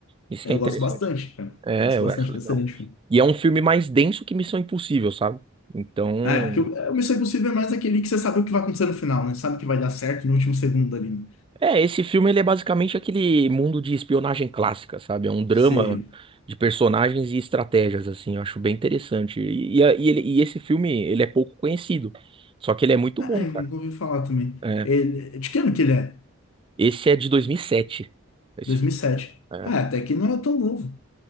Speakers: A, on the right; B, on the left.
A: Isso que
B: Eu
A: é interessante.
B: gosto bastante, cara.
A: É,
B: Gosto
A: eu
B: bastante
A: acho legal.
B: dessa linha de filme.
A: E é um filme mais denso que Missão Impossível, sabe? Então,
B: Ah, é, porque o é, o Missão Impossível é mais aquele que você sabe o que vai acontecer no final, né? Sabe que vai dar certo no último segundo ali, né?
A: é, esse filme ele é basicamente aquele mundo de espionagem clássica, sabe? É um drama
B: Você...
A: de personagens e estratégias, assim, eu acho bem interessante. E, e, a- e ele- e esse filme, ele é pouco conhecido, só que ele é muito
B: Ah,
A: bom,
B: ah, eu
A: cara.
B: nunca ouvi falar também.
A: É.
B: Ele... De que ano que ele é?
A: Esse é de 2007, esse
B: 2007.
A: filme. É.
B: Ah, até que não é tão novo.